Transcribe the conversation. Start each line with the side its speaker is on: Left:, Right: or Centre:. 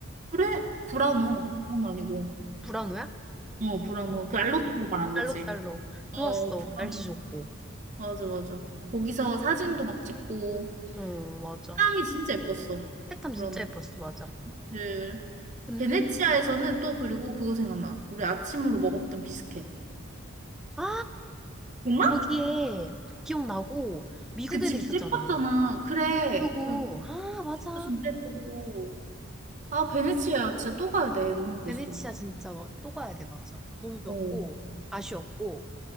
Right: 그래, 브라노. 브라노 아니고.
Centre: 무라노야?
Right: 어, 브라노. 그 알로토로 말하는
Centre: 알록달록.
Right: 거지. 어,
Centre: 좋았어.
Right: 브라노.
Centre: 날씨 좋고.
Right: 맞아, 맞아. 거기서 사진도 막 찍고.
Centre: 어, 맞아.
Right: 색감이 진짜 예뻤어.
Centre: 색감
Right: 그런
Centre: 진짜 예뻤어. 맞아.
Right: 그
Centre: 근,
Right: 베네치아에서는 또 그리고 그거 생각나. 우리 아침으로 먹었던 비스켓.
Centre: 아,
Right: 정말?
Centre: 거기에 기억나고 미국
Right: 그 집
Centre: 애들 있었잖아.
Right: 예뻤잖아. 그래.
Centre: 집 예쁘고.
Right: 그
Centre: 아, 맞아.
Right: 진짜 예쁘고. 아, 베네치아 야 진짜 또 가야 돼. 너무 예뻤어.
Centre: 베네치아 진짜 또 가야 돼. 맞아. 너무 좋았고,
Right: 어,
Centre: 아쉬웠고.